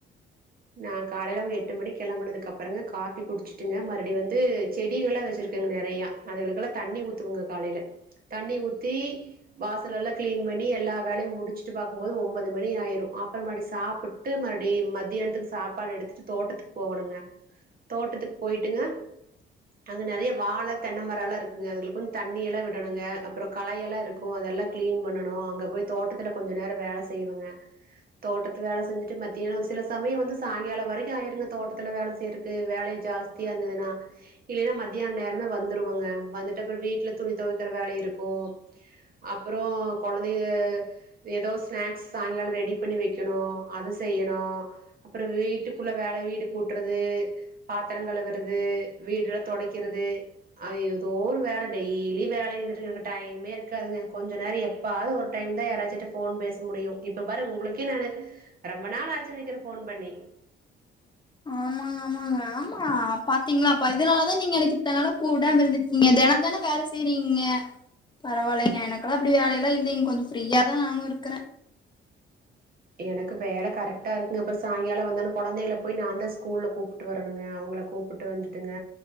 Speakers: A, on the right; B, on the left.
A: நா காலைல்ல ஒரு எட்டு மணிக் கெளம்புனதுக்கப்பறங்க காஃபி குடிச்சிட்டுங்க மறுபடி வந்து செடிகளா வெச்சுருக்கேங்க நிறையா அதுகலுக்கெல்லாம் தண்ணி ஊத்துவங்க காலைல்ல தண்ணி ஊத்தி வாசல் எல்லா கிளீன் பண்ணி எல்லா வேலையும் முடிச்சுட்டு பாக்கம்போது ஒம்பது மணி ஆயிரும் அப்ற மறுபடியு சாப்பிட் ட்டு மறுபடி மத்தியானத்துக்கு சாப்பாடு எடுத்துட்டு தோட்டத்துக்கு போகணுங்க தோட்டத்துக்கு போயிட்டுங்க அங்க நெறைய வாழ தென்னமரோ எல்லா இருக்குங்க அதுங்களுக்கு தண்ணி எல்லா விடணுங்க அப்றோ களையெல்லா இருக்கும் க்கும் அதெல்லா கிளீன் பண்ணணு அங்க போய் தோட்டத்துல கொஞ்ச நேரோ வேல செய்வங்க தோட்டத்து வேல செஞ்சுட்டு மத்தியானோ சில சமயோ வந்து சாயங்காலம் வரைக்கும் ஆயிருங்க தோட்டத்துல வேல செய்யறக்கு வேலைய ஜாஸ்தியா இருந்ததுன்னா இல்லைன்னா மத்தியான நேரமே வந்துருவங்க வந்துட்டு அப்றோ வீட்டுல துணி துவக்கிற வேலை இருக்கும் அப்பறோ கொழந்தைங்க ஏதோ ஸ்நாக்ஸ் சாயங்காலோ ரெடி பண்ணி வைக்கணு அது செய்யணும் அப்பற வீட்டுக்குள்ள வேல வீடு கூட்டுறது பாத்திர கழுவுறது வீடுல தொடைக்கிறது அது ஏதோ ஒரு வேல டெய்லி வேல இருந்துட்டு எனக்கு டைமே இருக்காதுங்க கொஞ்ச நேரோ எப்ப ப்பாது ஒரு டைம் தா யாராச்ச போன் பேச முடியும் இப்ப பா உங்கக்கே நா ரொம்ப நாளாச்சுன் நெனக்கிறே போன் பண்ணி
B: ஆமாங்க ஆமாங்க ஆமா பாத்தீங்களாப்பா இதனாலதா நீங்க எனக்கு இத்தனால கூடாம இருந்திருக்கீங்க தெனந்தனம் வேல செய்யறீங்கங்க பரவால்லைங்க எனக்கெல்லா அப்டி வேலைல்லா இல்லைங் கொஞ்ச ஃப்ரீயாதா நானும் இருக்கறே
A: எனக்கு வேல கரெக்டா இருக்குங்க அப்பற் சாய்ங்கால வந்தன்ன கொழந்தைகல போய் நா தா ஸ்கூல்ல கூப்டு வரணுங்க அவுங்கள கூப்புட் ட்டு வந்துட்டுங்க